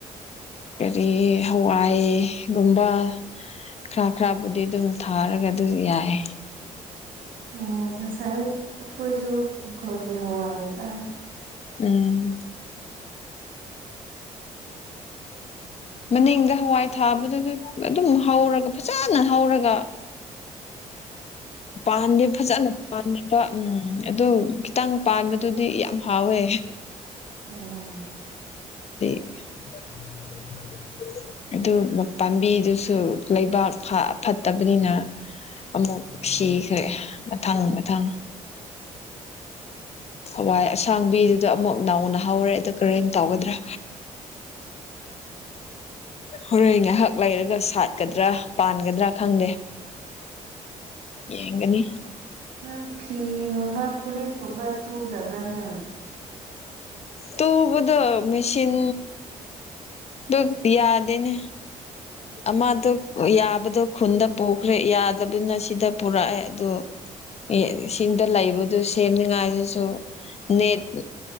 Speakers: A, on the left; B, on the right.
A: ꯀꯔꯤ ꯍꯋꯥꯏ ꯒꯨꯝꯕ ꯈꯔ ꯈꯔꯕꯨꯗꯤ ꯑꯗꯨꯝ ꯊꯥꯔꯒ ꯑꯗꯨ ꯌꯥꯏ
B: ꯑꯣ ꯉꯁꯥꯏ ꯑꯩꯈꯣꯏꯁꯨ ꯏꯪꯈꯣꯜꯒꯤ ꯍꯋꯥꯏ ꯆꯥꯏ
A: ꯎꯝ ꯃꯅꯤꯡꯗ ꯍꯋꯥꯏ ꯊꯥꯕꯗꯨ ꯗꯨ ꯑꯗꯨꯝ ꯍꯧꯔꯒ ꯐꯖꯅ ꯍꯧꯔꯒ
B: <inaudible>
A: ꯄꯥꯟꯗꯦ ꯐꯖꯟꯅ <unintelligible> ꯎꯝ ꯑꯗꯨ ꯈꯤꯇꯪ ꯄꯥꯟꯕꯗꯨꯗꯤ ꯌꯥꯝ ꯍꯥꯎꯋꯦ
B: <unintelligible>
A: <inaudible> ꯑꯗꯨ ꯄꯥꯝꯕꯤꯗꯨꯁꯨ ꯂꯩꯕꯥꯛ ꯐ ꯐꯠꯇꯕꯅꯤꯅ ꯑꯃꯨꯛ ꯁꯤꯈ꯭ꯔꯦ ꯃꯊꯪ ꯃꯊꯪ ꯍꯋꯥꯏ ꯑꯁꯥꯡꯕꯤꯗꯨꯗ ꯑꯃꯨꯛ ꯅꯥꯎꯅ ꯍꯥꯎꯔꯦ ꯑꯗꯨ ꯀꯔꯦꯟ ꯇꯧꯒꯗ꯭ꯔꯥ
B: <unintelligible>
A: ꯍꯣꯔꯦꯟ ꯉꯥꯏꯍꯥꯛ ꯂꯩꯔꯒ ꯁꯥꯠꯀꯗ꯭ꯔꯥ ꯄꯥꯟꯒꯗ꯭ꯔꯥ ꯈꯪꯗꯦ ꯌꯦꯡꯒꯅꯤ
B: ꯅꯪ ꯐꯤꯒꯨꯝ ꯃꯥ ꯐꯨꯔꯤꯠꯀꯨꯝꯕ ꯇꯨꯗꯕ꯭ꯔꯥ ꯅ
A: ꯇꯨꯕꯗꯨ ꯃꯦꯁꯤꯟ ꯗꯨꯛ ꯌꯥꯗꯦꯅꯦ ꯑꯃꯗꯨꯛ ꯌꯥꯕꯗꯣ ꯈꯨꯟꯗ ꯄꯨꯈ꯭ꯔꯦ ꯌꯥꯗꯕꯅ ꯁꯤꯗ ꯄꯨꯔꯛꯑꯦ ꯑꯗꯨ ꯏ ꯁꯤꯡꯗ ꯂꯩꯕꯗꯨ ꯁꯦꯝꯅꯤꯉꯥꯏꯗꯨꯁꯨ ꯅꯦꯠ